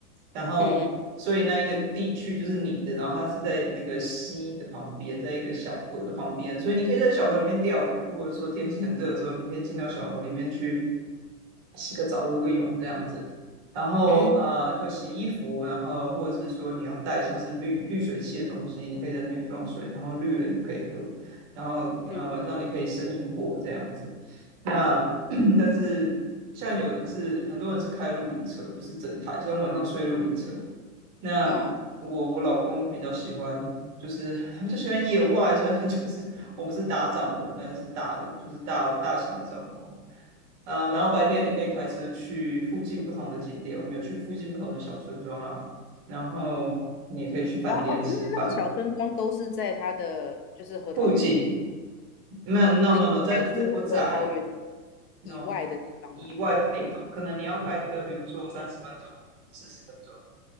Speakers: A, on the right; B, on the left.
A: 然后所以那一个地区就是你的，
B: 嗯
A: 然后它是在那个溪的旁边，在一个小河的旁边，所以你可以在小河里面钓鱼，或者说天气很热的时候，你可以进到小河里面去洗个澡、游个泳这样子。然后呃，
B: 嗯
A: 会洗衣服，然后或者是说你要带像是滤滤水器的东西，你可以在那边装水，然后滤了你可以喝，然后呃晚上你可以生萤火这样子。
B: 嗯
A: 那 <clears throat> <coughs> 但是像有人是很多人是开露营车，就是整台，所以晚上睡露营车。那我我老公比较喜欢，
B: 嗯。
A: 就是他比较喜欢野外，所以他就是我们是搭帐篷，但是大的就是大大型的帐篷。嗯、呃然后白天你可以开车去附近不同的景点，我们有去附近不同的小村庄啊，然后你也可以去饭店吃饭。
B: 然后哦，那那个小村庄都是在它的就是核桃园里面，
A: 附近没有，no
B: 你开出核桃园
A: no no，在在不在 no
B: 以外的地方啦。
A: 以外的地方，可能你要开车，比如说三十分钟、四十分钟，